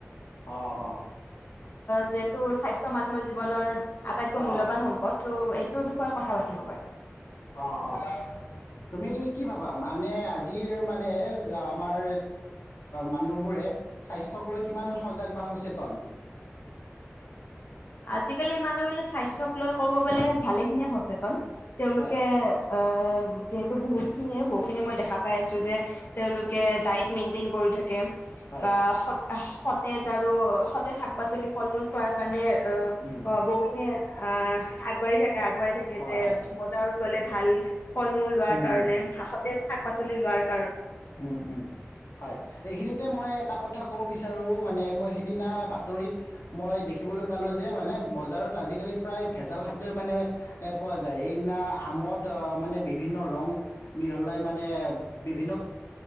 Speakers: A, on the left; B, on the left.
A: অঁ অঁ
B: যিহেতু স্বাস্থ্যয় মানুহৰ জীৱনৰ আটাইতকৈ
A: অঁ
B: মূল্যবান সম্পদ ত' এইটোৰ বিষয়ে কথা পাতিব পাৰি।
A: অ অ তুমি কি ভাবা মানে আজিৰ মানে আমাৰ মানুহবোৰে স্বাস্থ্যক লৈ কিমান সজাগ বা সচেতন?
B: আজিকালি মানুহবিলাক স্বাস্থ্যক লৈ কব গ'লে ভালেখিনি সচেতন। তেওঁলোকে
A: হয়
B: অ যিহেতু বহুত খিনিয়ে বহু খিনি মই দেখা পাই আছো যে তেওঁলোকে ডায়ট মেইনটেইন কৰি থাকে।
A: হয়
B: বা সত সতেজ আৰু সতেজ শাক পাচলি ফল মূল খোৱাৰ কাৰণে
A: উম
B: অ বকিঙে আছে অ আগবাঢ়ি থাকা। আগোৱাই থাকে
A: হয়
B: যে
A: হয়
B: বজাৰত গলে, ভাল, ফল মূল লোৱাৰ
A: উম
B: কাৰণে
A: উম
B: শাক পাচলি লোৱাৰ ক
A: উম উম হয় এইখিনিতে মই এটা কথা ক'ব বিচাৰোঁ মানে মই সেইদিনা বাতৰিত মই দেখিবলৈ পালোঁ যে মানে বজাৰত আজিকালি প্ৰায় ভেজাল খাদ্যই মানে পোৱা যায় এইদিনা আমত মানে বিভিন্ন ৰং মিহলাই মানে বিভিন্ন।